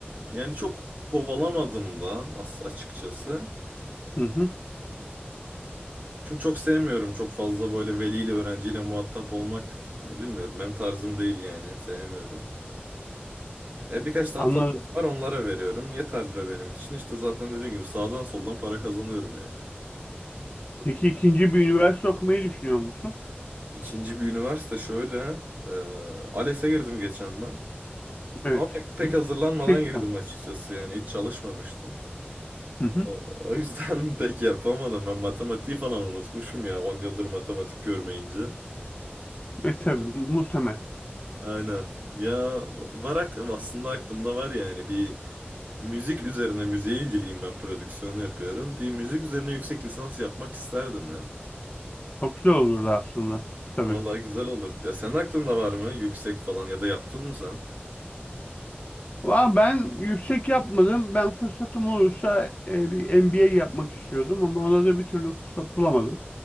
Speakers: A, on the right (about 40°); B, on the left (about 35°).
A: Yani çok kovalamadım da as- açıkçası.
B: Hı hı.
A: Çünkü çok sevmiyorum çok fazla böyle veliyle öğrenciyle muhatap olmak. Bunu Bilmiyorum benim tarzım değil yani sevmiyorum. E birkaç tane
B: Anladım.
A: tanıdık var onlara veriyorum. Yeterli benim için. İşte zaten dediğim gibi sağdan soldan para kazanıyorum yani.
B: Peki ikinci bir üniversite okumayı düşünüyor musun?
A: İkinci bir üniversite şöyle. E, ALES'e girdim geçen ben.
B: Evet.
A: Ama pek, pek
B: Yüksek
A: hazırlanmadan girdim
B: lisans.
A: açıkçası yani hiç çalışmamıştım.
B: Hı hı.
A: E, O yüzden <laughs> pek yapamadım. Ben matematiği falan unutmuşum ya 10 yıldır matematik görmeyince.
B: E tabii
A: E,
B: muhtemel.
A: Aynen. Ya var ak- aslında aklımda var yani bir müzik üzerine müziğe ilgiliyim ben prodüksiyon yapıyorum. Bir müzik üzerine yüksek lisans yapmak isterdim ya.
B: Çok güzel olurdu aslında. Tabii.
A: Vallahi güzel olurdu ya. Senin aklında var mı yüksek falan ya da yaptın mı sen?
B: Valla ben yüksek yapmadım. Ben fırsatım olursa e, bir MBA yapmak istiyordum ama ona da bir türlü fırsat bulamadım.